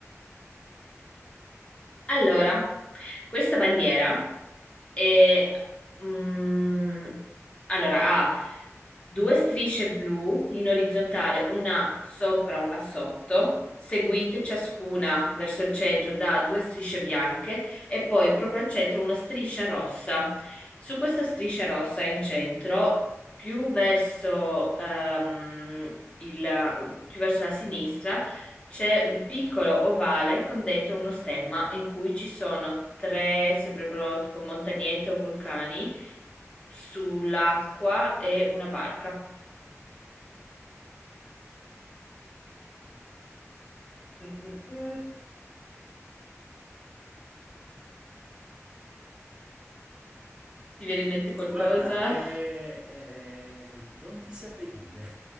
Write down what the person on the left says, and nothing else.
Allora, questa bandiera è, mm, allora, ha due strisce blu in orizzontale, una sopra, una sotto, seguite ciascuna verso il centro da due strisce bianche e poi proprio al centro una striscia rossa. Su questa striscia rossa in centro, più verso, ehm, il- più verso la sinistra, c'è un piccolo ovale con dentro uno stemma in cui ci sono tre, sembrerebbero tipo montagnette o vulcani, sull'acqua e una barca. Mm, mm, mm. Ti viene in mente qualcosa?